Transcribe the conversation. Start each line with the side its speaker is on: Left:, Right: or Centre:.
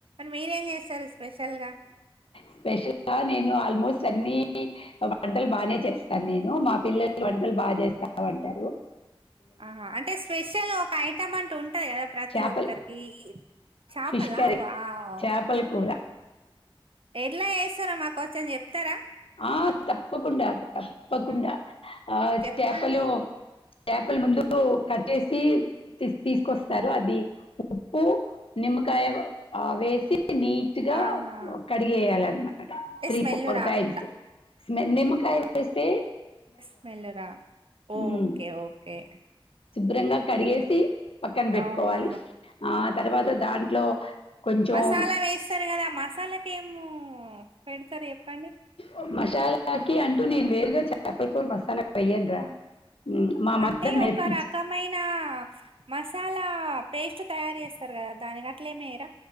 Right: మీరేం చేస్తారు స్పెషల్ గా
Left: స్పెషల్ ఆ నేను ఆల్మోస్ట్ అన్ని వంటలు బానే చేస్తాను నేను మా పిల్లలు వంటలు బాగా చేస్తావూ అంటారు
Right: ఆహా అంటే స్పెషల్ ఒక ఐటమ్ అంటూ ఉంటుంది కదా ప్రతి
Left: చేపలు
Right: ఒక్కరికి చాపలా
Left: ఫిష్ కర్రీ
Right: వావ్
Left: చేపల కూర
Right: ఎట్లా చేస్తారో మా చం చెప్తారా
Left: ఆ తప్పకుండా తప్పకుండా
Right: ఆ,
Left: ఆ
Right: చెప్పండి
Left: చేపలు చేపల ముందు కట్టేసి తీసుకొస్తారు అది ఉప్పు నిమ్మకాయ వేసి నీట్గా
Right: ఆహా
Left: కడిగేయాలన్నమాట
Right: అంటే
Left: త్రీ
Right: స్మెల్
Left: ఫోర్
Right: రాకుండా
Left: టైమ్స్ స్మెల్ నిమ్మకాయ వేస్తే
Right: స్మెల్ రా ఓకే
Left: మ్మ్.
Right: ఓకే
Left: శుభ్రంగా కడిగేసి
Right: హ్మ్
Left: పక్కన పెట్టుకోవాలి
Right: అవునా
Left: ఆ తర్వాత దాంట్లో కొంచెం
Right: మసాలా వేస్తారు కదా మసాలాకి ఏమో పెడతారు చెప్పండి
Left: ఓ మష్ చాలా కి అంటూ నేను వేరుగా చేపకూర మసాలా వెయను రా ఉ మా మదర్
Right: అంటే
Left: నర్పి
Right: ఒక రకమైన మసాలా పేస్ట్ తయారు చేస్తారు కదా దాని గట్లే ఏమేయరా